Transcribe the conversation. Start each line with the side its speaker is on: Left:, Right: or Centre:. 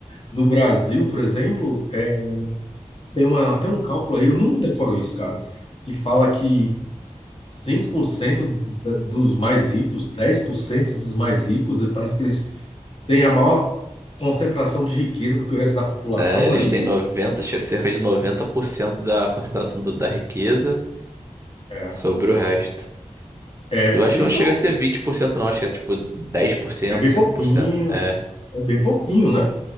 Left: no Brasil, por exemplo, é, tem uma, tem um cálculo aí, eu nunca decoro isso, cara, que fala que 5% da- dos mais ricos, 10% dos mais ricos, e parece que eles têm a maior concentração de riqueza do que o resto da população,
Right: É, eles
Left: não é isso?
Right: têm noventa acho que é cerca de 90% da concentração do- da riqueza.
Left: É.
Right: Sobre o resto.
Left: É,
Right: Eu acho
Left: então,
Right: que não chega a ser 20% não. Acho que é tipo dez por cento
Left: é bem
Right: cinco
Left: pouquinho,
Right: por cento É.
Left: é bem pouquinho, né?